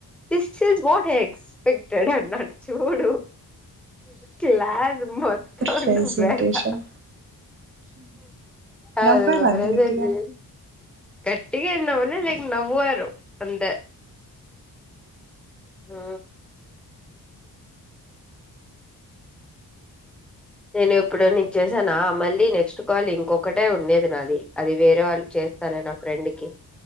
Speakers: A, in the centre; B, on the right (about 30°).
A: దిస్ వాట్ ఎక్స్పెక్ట్ ట్టడు అన్నాడు చూడు కలాదు మ త
B: ప్రెజెంటేషన్
A: వరా అద
B: నవ్వారా
A: గబరిసది
B: అంత గట్టిగా
A: కటిగా ఎన్నవన్నా లేలక్ నవ్ారు అంత ఆా నేను ఎప్పుడు నీను చేసానా మళ్ళీ నెక్స్ట్ కాల్ ఇంకొకటే ఉండేది నాది అది వేరే వాళ్ళు చే స్త నా ఫ్రెండ్ క